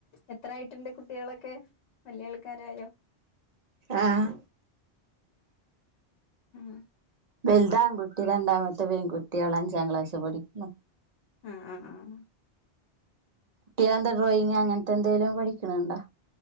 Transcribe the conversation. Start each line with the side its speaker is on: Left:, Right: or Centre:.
Left: എത്രായിട്ട്ണ്ട് കുട്ടികളൊക്കെ വല്യാൾക്കാരായോ?
Right: ആഹ്
Left: ഉം
Right: വെൽതാൺകുട്ടി രണ്ടാമത്തെ പെൺകുട്ട്യോളഞ്ചാം ക്ലാസ്സ് പഠിക്കുന്ന്
Left: ആഹ് ആഹ് ആഹ്
Right: ട്ട്യാളെന്താ ഡ്രോയിങ്ങ് അങ്ങൻത്തെന്തേലും പഠിക്ക്ണ് ണ്ടോ?